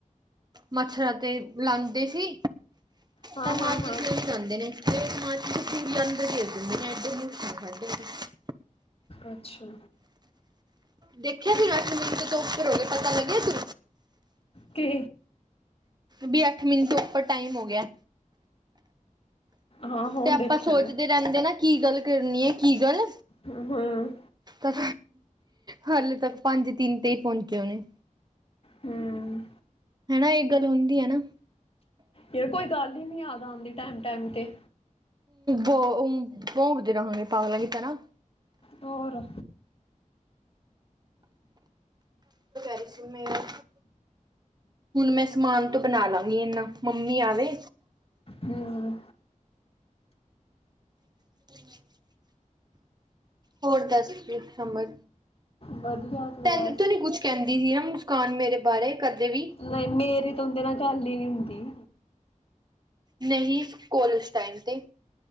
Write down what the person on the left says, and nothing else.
ਹਾਂ
ਹਾਂ
ਹਾਂ
ਅੱਛਾ।
ਕੇ
ਹਾਂ ਹੁਣ
ਦੇਖਿਆ
ਮੈਂ
ਹ-ਹਾਂਂ।
ਹੂੰ
ਯਾਰ ਕੋਈ ਗੱਲ ਹੀ ਨੀ ਯਾਦ ਆਉਂਦੀ ਟੈਮ-ਟੈਮ ਤੇ।
ਹੋਰ।
ਹੂੰ।
ਵਧੀਆ ਤੂੰ
ਦੱਸ
ਨਹੀਂ ਮੇਰੀ ਤਾਂ ਉਹਦੇ ਨਾਲ ਗੱਲ ਹੀ ਨਹੀਂ ਹੁੰਦੀ।